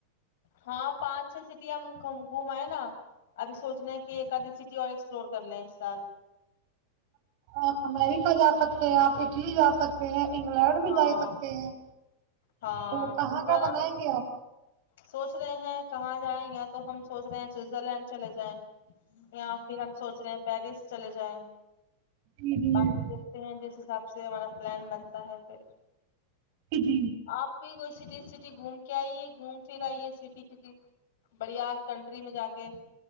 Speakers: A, on the left; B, on the right.
A: ہاں پانچ چھ سٹی ہم گھمائیں نا ابھی سوچ لیں کہ ایک آدھی سٹی اور ایکسپلور کر لیں اس سال
B: آپ امیریکا جا سکتے ہیں آپ اٹلی جا سکتے ستے ہیں انگلینڈ بھی
A: ہاں
B: جا سکتے ہیں
A: ہاں
B: تو کہاں
A: اس بار
B: کہاں بنائیں
A: ہم
B: گے آپ
A: سوچ رہے ہیں کہاں جائیں یا تو ہم سوچ رہے ہیں سوئزر لینڈ چلے جائیں یااں پھر ہم سوچ رہے ہیں پیرس چلے جائیں
B: جی
A: باقی دیکھتے ہیں جس حساب سے سے ہمارا پلان بنتا ہے پھر
B: جی
A: آپ بھی کوئی سٹی سٹی گھوم کیائی یہ گھوم پھر آئیے سٹی کسی بڑھیا کنٹری میں جا کے